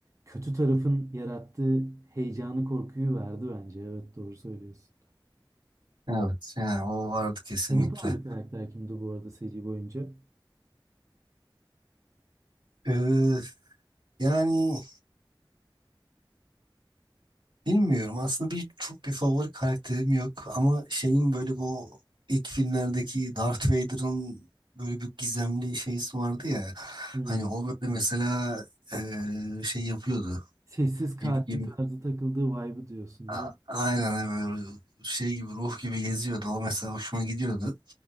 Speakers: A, on the right; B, on the right.
A: kötü tarafın yarattığı heyecanı, korkuyu verdi bence. Evet doğru söylüyorsun.
B: Evet. Yani o vardı kesinlikle.
A: Senin favori karakter kimdi bu arada seri boyunca?
B: Ee, yani bilmiyorum aslında bir çok bir favori karakterim yok ama şeyin böyle bu ilk filmlerdeki Darth Vader'ın böyle bir gizemli şeysi vardı ya
A: Hmm.
B: hani o böyle mesela ee, şey yapıyordu
A: Sessiz katil
B: ilk gibi
A: tarzı takıldığı vibe'ı diyorsun
B: A-
A: değil
B: aynen böyle şey gibi ruh gibi geziyordu o mesela hoşuma gidiyordu